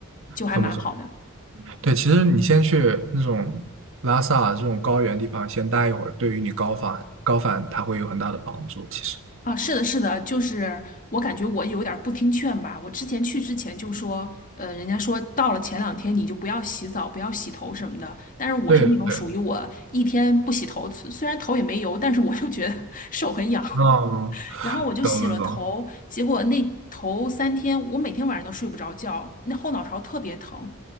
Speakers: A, on the left; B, on the right.
A: 就还蛮好的。
B: 很不错。对，其实你先去那种拉萨啊这种高原地方先待一会儿，对于你高反高反它会有很大的帮助。其实，
A: 啊，是的，是的，就是我感觉我有点儿不听劝吧。我之前去之前就说，呃，人家说到了前两天你就不要洗澡，不要洗头什么的。但是我是那种属于我一天不洗头，
B: 对的对的，
A: 虽虽然头也没油，但是我就觉得 <laughs> 手很痒。
B: 嗯，
A: 然后我就洗了头，
B: 懂懂懂，
A: 结果那头三天我每天晚上都睡不着觉，那后脑勺特别疼。